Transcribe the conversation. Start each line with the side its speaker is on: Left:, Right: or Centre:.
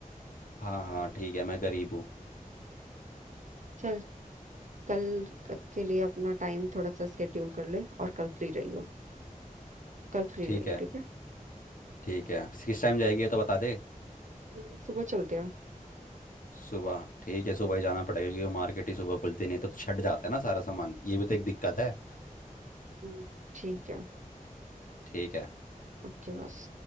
Left: हाँ हाँ ठीक है मैं गरीब हूँ
Right: चल कल तक के लिए अपना टाइम थोड़ा सा स्केड्यूल कर ले और कल फ्री रही हो कल फ्री
Left: ठीक
Right: रही
Left: है
Right: हो ठीक है
Left: ठीक है किस टाइम जाएगी ये तो बता दे
Right: हम्म, सुबह चलते हैं
Left: सुबह ठीक है सुबह ही जाना पड़ेगा क्योंकि वो मार्केट ही सुबह खुलती नहीं है, तो छट जाता है ना सारा सामान ये भी तो एक दिक्कत है
Right: हम्म, ठीक है
Left: ठीक है
Right: ओके बस